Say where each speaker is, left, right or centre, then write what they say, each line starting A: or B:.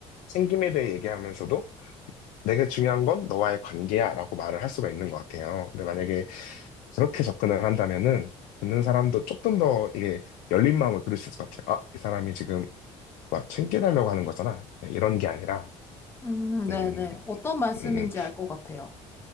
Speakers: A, on the left (about 80°); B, on the left (about 20°).
A: 챙김에 대해 얘기하면서도 내게 중요한 건 너와의 관계야 라고 말을 할 수가 있는 것 같아요. 근데 만약에 그렇게 접근을 한다면은 듣는 사람도 조금 더 이게 열린 마음을 들을 수 있을 것 같아요. 아, 이 사람이 지금 뭐 챙겨달라고 하는 거잖아. 네, 이런 게 아니라
B: 음, 네네.
A: 음,
B: 어떤 말씀인지
A: 음, 음,
B: 알 것 같아요.